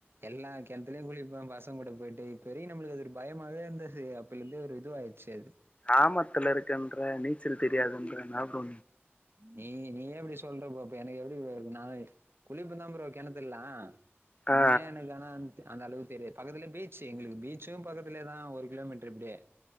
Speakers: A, on the right (about 60°); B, on the left (about 30°).
A: எல்லா கெணத்துலயு குளிப்பே பசங் கூட போயிட்டு இ பெரிய நம்மளுக்கு அது ஒரு பயமாவே இருந்தது அப் இப்பந்து ஒரு இதுவாயிச்சு
B: ஆமா <unintelligible> கெணத்துல நீச்சல் தெரியாதுன்ப நா போ
A: நீ நீயே இப்டி சொல்ற போ அப்ப எனக்கு எப்டி போ இருக் நா குளிப்பே தா ப்ரோ கிணத்துல்லா
B: ஆ
A: உண்மையா எனக்கு ஆனா அந்த அளவுக்கு தெரிய பக்கத்துல பீச்சு எங்களுக்கு பீச்சும் பக்கத்துலேதா ஒரு கிலோமீட்டர் இப்டியே